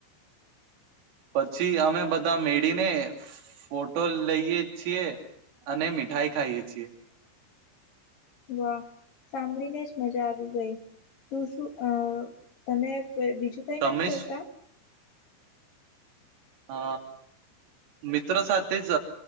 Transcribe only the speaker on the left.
વાહ, સાંભળીને જ મજા આવી ગઈ, તું શું અ તમે? બીજું કઈ નથી
કરતા?